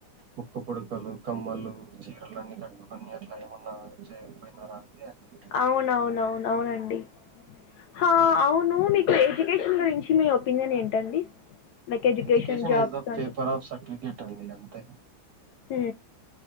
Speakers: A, on the right; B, on the left.
A: ముక్కు పుడకలు కమ్మలు చీరలు అన్నీ కట్టుకొని అట్లా ఏమన్నా చేయకపోయినారా అండి అన్ని
B: అవునవున అవున అవునండి ఆ అవును మీకు ఎడ్యుకేషన్ గురించి మీ ఒపీనియన్ ఏంటండి like
A: education
B: jobs
A: is the పేపర్
B: అంటే
A: ఆఫ్ సర్టిఫికేట్ అండి అంతే
B: ఉ